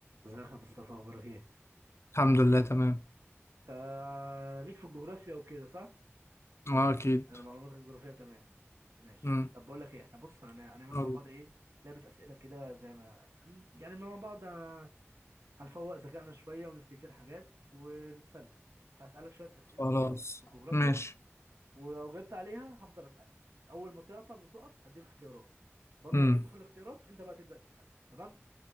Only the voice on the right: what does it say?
ازيك يا مصطفى اخبارك ايه؟
انت ليك في الجغرافيا وكده صح؟
انا معلوماتك الجغرافية تمام ماشي
طب بقول لك ايه احنا بص هن- هنعمل
مع بعض ايه لعبة اسئلة كده زي ما هن- يعني مع بعض ه- هنفوق ذكائنا شوية ونفتكر حاجات ونتسلى فهسألك شوية اسئلة
في الجغرافيا
ولو جبت عليها هفضل اسألك اول ما تعطل وتقف هديك اختيارات برضو
غلطت في الاختيارات انت بقى تبدأ تسألني تمام؟